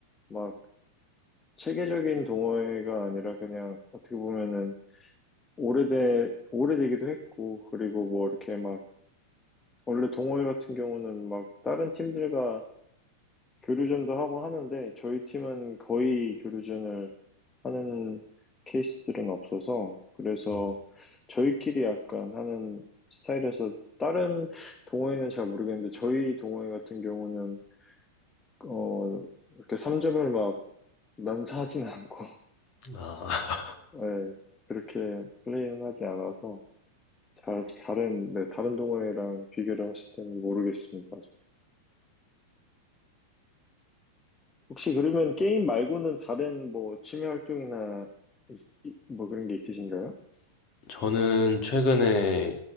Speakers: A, on the left; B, on the left.
A: 막 체계적인 동호회가 아니라 그냥, 어떻게 보면은, 오래돼, 오래되기도 했고, 그리고 뭐 이렇게 막, 원래 동호회 같은 경우는 막, 다른 팀들과 교류전도 하고 하는데 저희 팀은 거의 교류전을 하는 케이스들은 없어서 그래서
B: 어,
A: 저희끼리 약간 하는 스타일에서 다른 동호회는 잘 모르겠는데 저희 동호회 같은 경우는 어 이렇게 3점을 막 난사하진 않고
B: 아,
A: <laughs> 예, 그렇게 플레이는 하지 않아서 잘 다른 네 다른 동호회랑 비교를 했을 때는 모르겠습니다. 혹시 그러면 게임 말고는 다른 뭐 취미 활동이나 있- 이- 뭐 그런 게 있으신가요?
B: <laughs> 저는 최근에